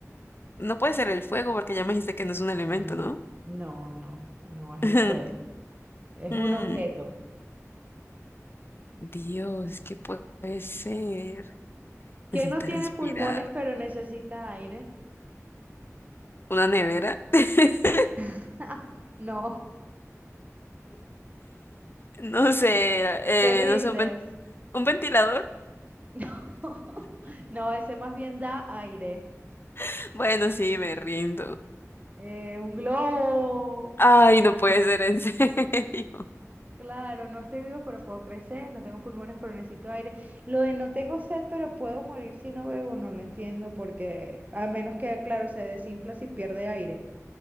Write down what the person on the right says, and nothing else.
Mm,
No, no, no es
el fuego. Es
un objeto.
¿Qué
no tiene
pulmones pero necesita aire?
<laughs> No,
te rindes.
<laughs> No, ese más bien da aire.
Eh, un globo.
Claro, no estoy vivo, pero puedo crecer. No tengo pulmones, pero necesito aire. Lo de no tengo sed, pero puedo morir si no bebo, no lo entiendo, porque a menos que, claro, se desinfla si pierde aire.